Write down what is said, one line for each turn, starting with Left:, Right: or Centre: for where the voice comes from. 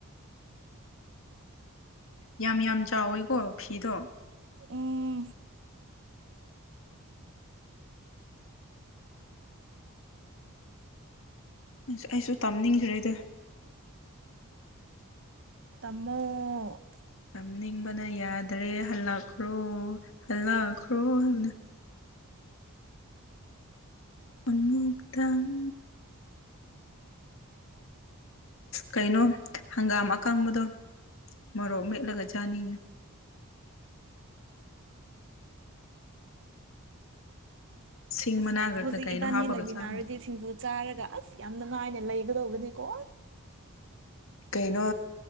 Left: ꯌꯥꯝ ꯌꯥꯝ ꯆꯥꯎꯋꯦꯀꯣ ꯐꯤꯗꯣ
Right: <inaudible>
Left: ꯑꯁ ꯑꯩꯁꯨ ꯇꯥꯅꯤꯡꯈ꯭ꯔꯦꯗ
Right: ꯇꯝꯃꯣ
Left: ꯇꯥꯝꯅꯤꯡꯕꯅ ꯌꯥꯗ꯭ꯔꯦ ꯍꯜꯂꯛꯈ꯭ꯔꯣ ꯍꯜꯂꯛꯈ꯭ꯔꯣ ꯍꯥꯏꯕꯅ ꯑꯝꯃꯨꯛꯇꯪ ꯀꯩꯅꯣ ꯍꯪꯒꯥꯝ ꯑꯀꯪꯕꯗꯣ ꯃꯣꯔꯣꯛ ꯃꯦꯠꯂꯒ ꯆꯥꯅꯤꯡꯉꯦ ꯁꯤꯡ
Right: ꯑꯁ
Left: ꯃꯅꯥꯒ
Right: ꯍꯧꯖꯤꯛ
Left: ꯀꯩ ꯀꯩꯅꯣ
Right: ꯏꯕꯥꯅꯤ
Left: ꯍꯥꯞꯄꯒ
Right: ꯂꯩꯃꯤꯟꯅꯥꯔꯗꯤ
Left: ꯆꯥꯕꯗꯣ
Right: ꯁꯤꯡꯖꯨ ꯆꯥꯔꯒ ꯑꯁ ꯌꯥꯝ ꯅꯨꯡꯉꯥꯏꯅ ꯂꯩꯒꯗꯧꯕꯅꯤꯀꯣ
Left: ꯀꯩꯅꯣ